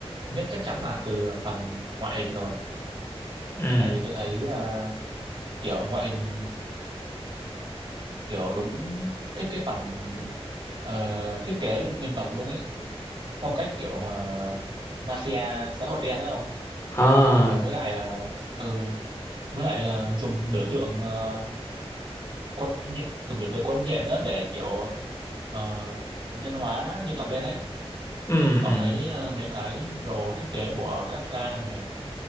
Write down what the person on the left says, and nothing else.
ừ
À,
ừ
ừ